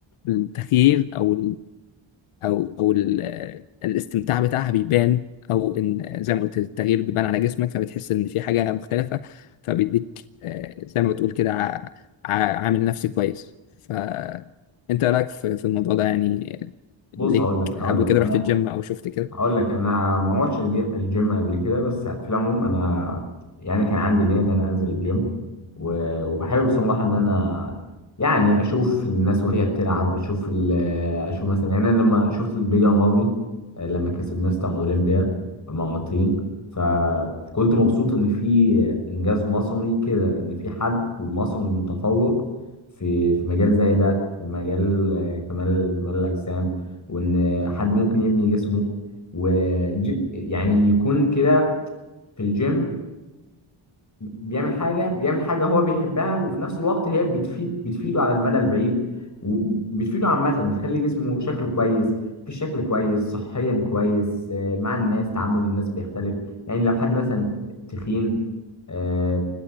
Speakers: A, on the left; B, on the left.
A: التغيير او او او ال- الاستمتاع بتاعها بيبان او ان زي ما قلت التغيير بيبان على جسمك فبتحس ان في حاجه مختلفه فبيديك آه، زي ما بتقول كده ع- ع- عامل نفسي كويس فانت رايك في في الموضوع ده يعني
B: بص
A: ليك
B: هقول لك هقول
A: قبل
B: لك
A: كده
B: انا
A: رحت الجيم او شفت كده
B: هقول لك انا ما روحتش الج- الجيم قبل كده بس في العموم انا يعني كان عندي نيه ان انا انزل الجيم و- وبحب بصراحه ان انا يعني اشوف الناس وهي بتلعب اشوف ال- اشوف مثلا يعني انا لما شفت بيجان رامي آه، لما كسب مستر اولمبيا مرتين فكنت مبسوط ان في انجاز مصري كده ان في حد مصري متفوق في في مجال زي ده في مجال آه، كمال كمال الاجسام وان حد ممكن يبني جسمه ويعني يكون كده في الجيم بيعمل حاجة بيعمل حاجة هو بيحبها وفي نفس الوقت هي بتفيد بتفيده على المدى البعيد وبتفيده عامة بتخلي جسمه شكله كويس في الشكل كويس صحيا كويس آه، مع الناس تعامل الناس بيختلف يعني لو حد مثلا تخين آه،